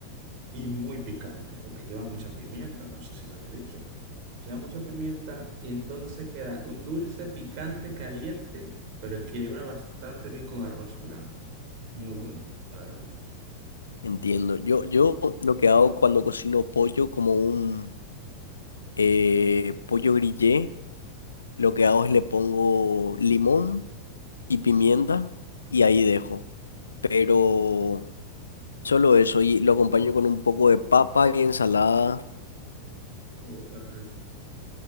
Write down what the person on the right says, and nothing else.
y muy picante, porque lleva mucha pimienta, no sé si lo había dicho. Lleva mucha pimienta y entonces queda un dulce picante caliente, pero equilibra bastante bien con arroz blanco. Muy bueno, la verdad.
Oh, qué rico.